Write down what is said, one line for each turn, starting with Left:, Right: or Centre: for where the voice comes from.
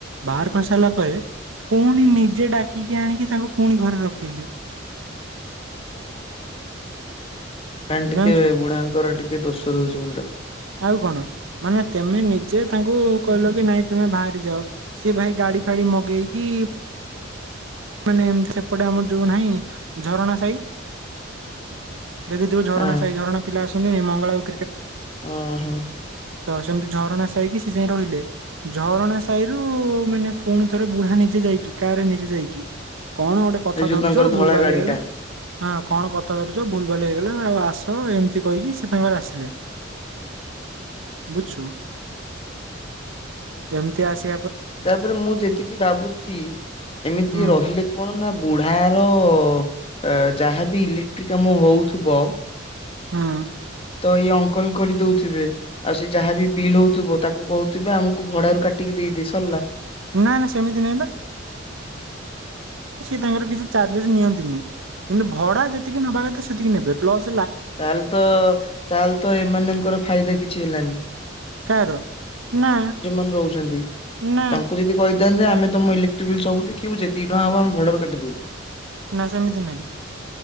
Right: ବାହାର କରି ସାରିଲା ପରେ। ପୁଣି ନିଜେ ଡାକିକି ଆଣିକି ତାଙ୍କୁ ପୁଣି ଘରେ ରଖେଇଲେ
Left: <inaudible> ମ ଟିକେ
Right: ଜାଣିଛୁ
Left: ବୁଢାଙ୍କର ଟିକେ ଦୋଷ ରଉଛି ମୁଣ୍ଡ
Right: ଆଉ କଣ ମାନେ ତମେ ନିଜେ ତାଙ୍କୁ କହିଲ କି ନାଇଁ ତମେ ବାହାରି ଯାଅ ସିଏ ଭାଇ ଗାଡି ଫାଡି ମଗେଇକି ମାନେ ଏମତି ସେପଟେ ଆମର ଯୋଉ ନାହିଁ ଝରଣା ସାହି ଦେଖିଥିବୁ ଝରଣା
Left: ହଁ
Right: ସାହି ଝରଣା ପିଲା ଆସନ୍ତିି ମଙ୍ଗଳା ଆଉ
Left: ଓ ହୋ।
Right: ତ ସେମିତି ଝରଣା ସାଇକି ସେ ଯାଇଏ ରହିଲେ। ଝରଣା ସାହିରୁ ମାନେ ପୁଣି ଥରେ ବୁଢା ନିଜେ ଯାଇକି କା ରେ ନିଜେ ଯାଇକି। କଣ ଗୋଟେ କଥା
Left: ଏ ଯୋଉ
Right: ଧରୁଛ
Left: ତାଙ୍କର
Right: ଭୁଲ
Left: ଧଳା
Right: ଭାଲ
Left: ଗାଡିଟା।
Right: ହେଇଗଲା। ହଁ କଣ କଥା ଧରୁଛ ଭୁଲ ଭଲ ହେଇଗଲା ଆଉ ଆସ ଏମିତି କହିକି ସେ ତାଙ୍କଙ୍କରେ ଆସିଲେ। ବୁଝଛୁ ଏମତି ଆସି।
Left: ତାପରେ ମୁଁ ଯେତିକି ଭାବୁଛି ଏମିତି।
Right: ହୁଁ
Left: କି ରହିଲେ କଣ ନା ବୁଢାର। ଅ ଯାହାବି ଇଲେକ୍ଟ୍ରି କାମ ହଉଥିବ।
Right: ହୁଁ।
Left: ତ ଏଇ ଅଙ୍କଲ କରିଦଉଥିବେ ଆଉ ସେ ଯାହାବି ବିଲ୍ ହଉଥିବ ତାକୁ କହୁଥିବେ ଆମକୁ ଭଡାରୁ କାଟିକି ଇ ସଲ
Right: ନା ନା ସେମିତି ନାଇଁ ବା ର କିଛି ଚ ନିଅନ୍ତିି କିନ୍ତୁ ଭକି ନବା କଥାତିକି ନ ପ୍ଲ
Left: ତାହେଲେ ତ ତାହେଲେ ତ ଏମାନଙ୍କର ଫାଇଦା କିଛି ହେଲାନି।
Right: କାହାର? ନା
Left: ଯୋଉମାନେ ରହୁଛନ୍ତି
Right: ନା
Left: ତାଙ୍କୁ ଯଦି କହିଥାନ୍ତେ ଆମେ ତମ ଇଲେକ୍ଟ୍ରିଲ୍ ସବୁ ଉଛେ ଦି ଟଙ୍କା ହବ ଆେ ଭଡ କଟିଦବୁ
Right: ନା ସେମିତି ନାହିଁ।